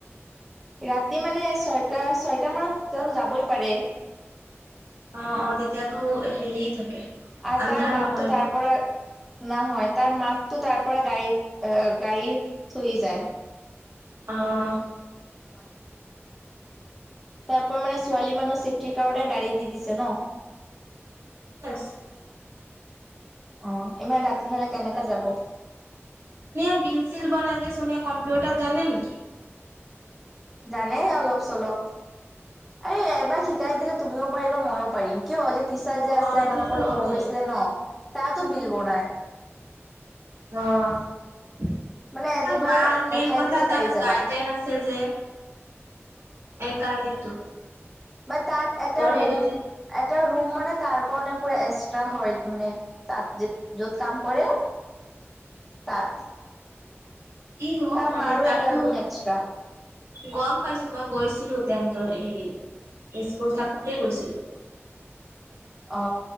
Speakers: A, in the centre; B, on the right.
A: ৰাতি মানে ছয়টা ছয়টা মানত যাবই পাৰে
B: অ অ তেতিয়াতো হেৰিয় থাকে
A: আৰু
B: আন্ধাৰ
A: তাৰ মাকটো
B: নহয়
A: তাৰ
B: ন
A: পৰা ন হয় তাৰ মাক টো তাৰ পৰা গাড়ীত গাড়ী থুই যায়
B: আহ
A: হয় তাৰ পৰা মানে ছোৱালী মানুহ ছেফটিৰ কাৰণে গাড়ী দি দিছে ন
B: বছ
A: আহ ইমান ৰাতিহলে কেনেকা যাব
B: চোনিয়া বিল চিল বনাই যে চোনিয়া কম্পিউটাৰ জানেকি
A: জানে অলপ চলপ এই এবাৰ শিকাই দিলে তুমিও পাৰিবা ময়ো পাৰিম কিয় টি চাৰ্ট যে
B: অ
A: আছে
B: এইটোতো
A: আমালোকৰ লগত
B: হয়
A: পৰিছিলে ন তাতো বিল ব নাই
B: আহ তাৰ
A: মানে দুবাৰ
B: মাৰ মেইন
A: দেখাই
B: কথা
A: দিলে পাৰি
B: তাৰ
A: যাবা
B: গাৰ্জেন আছে যে একাৰ নে
A: ম তাত এটা ৰুম
B: হেৰিতে
A: এটা ৰুম মানে তাৰ কাৰণে পুৰা এক্সট্ৰা হয় মানে তাত য য'ত কাম কৰে তাত
B: কি হওক
A: তাৰ
B: মানে
A: মাৰো
B: তাততো
A: এটা ৰুম এক্সট্ৰা
B: গম পাইছো মই গৈছিলো তেতৰ হেৰিত ইস্কুল থাকোতেই গৈছিলো
A: অ